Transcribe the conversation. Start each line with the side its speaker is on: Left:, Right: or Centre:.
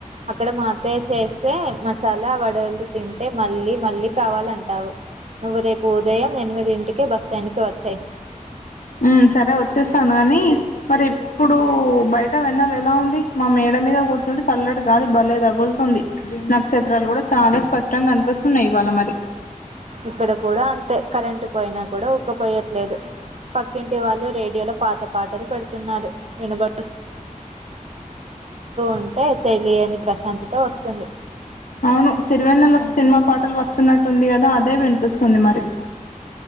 Right: అక్కడ మా అత్తయ్య చేసి మసాలా వడలు తిం తింటే మళ్ళీ మళ్ళీ కావాలంటావు నువ్వు రేపు ఉదయం ఎనిమిదింటికే బస్స్టాండ్ కి వచ్చేయ్
Left: ఉ సరే వచ్చేస్తాను గాని మరి ఇప్పుడు బయట వెన్నెల ఎలా ఉంది మా మేడ మీద కూర్చుంటే చల్లటి గాలి భలే తగులుతుంది నక్షత్రాలు కూడా చాలా స్పష్టంగా కనిపిస్తున్నాయి ఇవాళ మరి
Right: ఇక్కడ కూడా అంతే కరెంట్ పోయినా కూడా ఊక్కపోయట్లేదు పక్కింటి వాళ్ళు రేడియోలో పాత పాటలు పెడు తున్నారు వినబడ్ ఉంటే తెలియని ప్రశాంతత వస్తుంది
Left: అవును సిరివెన్నెల సినిమా పాటలు వస్తున్నట్ టుంది కదా అదే వినిపిస్తుంది మరి